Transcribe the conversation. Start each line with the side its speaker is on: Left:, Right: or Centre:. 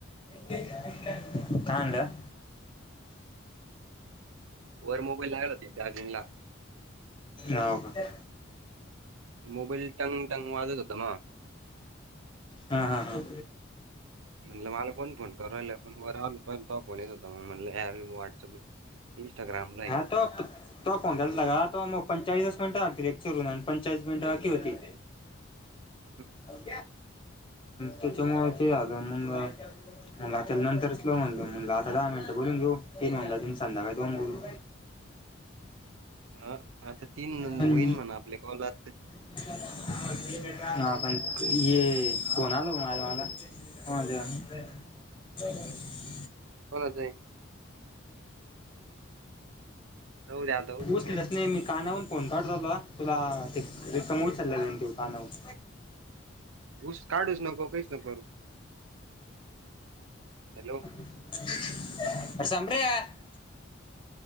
Left: काय आणलं?
Right: वर मोबाईल लागला होता चार्जिंगला.
Left: हो का.
Right: मोबाईल टंग टंग वाजत होत मग.
Left: हा हा हा.
Right: म्हटलं मला कोण फोन करू लागल पण मग राहि तो फोन येत होता मग म्हटलंर व्हॉट्सअपला इंस्टाग्राम नाही.
Left: तप. तो फोनय लागातो मग पंचाळीस मिनिट लागतीलेक्ची रुून पंचाळीस मिनिटं बाकी होती.
Right: <inaudible>
Left: हम त्याच्यामुळे ते आलं मंग मग आता नंतरच लाऊ म्हणलं म्हणलं आता दहा मिनट बोलून घेऊ तीन होऊन जातील संध्याकाळी दोन बोलू.
Right: ह आता तीन
Left: पण
Right: होईन म्हणा आपले कॉल आज.
Left: <inaudible> <unintelligible> <inaudible>
Right: कोणाच आहे. जाऊ दे आता. उस
Left: उचलत नाही मी काना फोन काढ रालो तुला ते रम चालले तेव कानावर.
Right: ऊस काढूच नको, काहीच नको करू. हॅलो,
Left: <inaudible> <unintelligible>